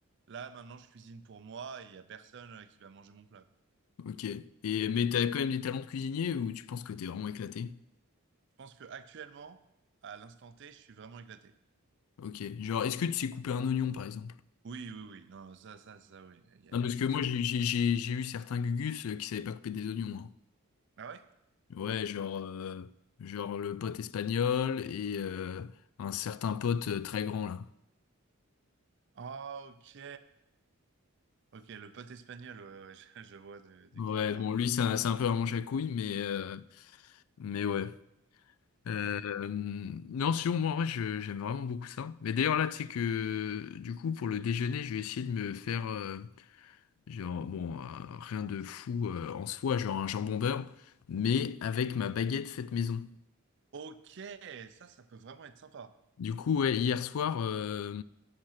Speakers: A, on the right; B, on the left.
A: là, maintenant, je cuisine pour moi et il y a personne euh, qui va manger mon plat.
B: Ok. Et, mais t'as quand même des talents de cuisinier ou tu penses que t'es vraiment éclaté?
A: Je pense que actuellement, à l'instant T, je suis vraiment éclaté.
B: Ok. Genre, est-ce que tu sais couper un oignon, par exemple?
A: Oui, oui, oui. Non, ça, ça, ça, oui. Il y a,
B: Non, parce
A: il y a pas
B: que moi,
A: de souci.
B: j'ai j'ai- j'ai- j'ai eu certains gugus euh, qui savaient pas couper des oignons. hein.
A: Ah ouais?
B: Ouais, genre, euh, genre le pote espagnol et euh, un certain pote euh, très grand, là.
A: Ah, Ok. Ok, le pote espagnol, ouais, ouais, <laughs> je, je vois de, de
B: Ouais,
A: qui tu parles.
B: bon, lui, c'est un, c'est un peu un manche à couilles, mais, euh, mais ouais. Euh,
A: Ok.
B: non, sinon, moi, en vrai, je- j'aime vraiment beaucoup ça. Mais d'ailleurs, là, tu sais que, du coup, pour le déjeuner, je vais essayer de me faire, euh, genre, bon, euh, rien de fou euh, en soi, genre un jambon beurre, mais avec ma baguette faite maison.
A: Ok, ça, ça peut vraiment être sympa.
B: Du coup, ouais, hier soir, euh,